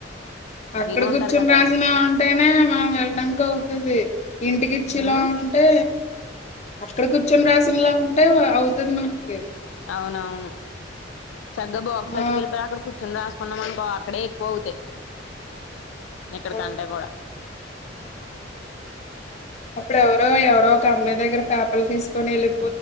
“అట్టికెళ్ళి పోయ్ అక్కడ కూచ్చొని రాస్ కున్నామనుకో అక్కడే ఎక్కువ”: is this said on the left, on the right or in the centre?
Left